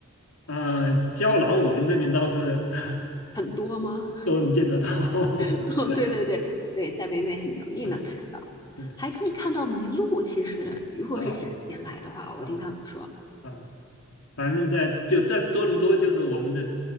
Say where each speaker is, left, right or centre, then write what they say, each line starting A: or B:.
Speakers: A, on the left (about 80°); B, on the left (about 20°).
A: 嗯，胶囊我们这边倒是 <laughs>
B: 很多吗？
A: 都能见得到，<laughs>
B: <laughs> 哦，
A: 在，
B: 对对对对，在北美很容易能看到，
A: <laughs> 嗯，对，
B: 还可以看到麋鹿。其实如果是夏天来的话，
A: 啊啊
B: 我听他们说，
A: 啊啊，反正在就在多伦多，就是我们的，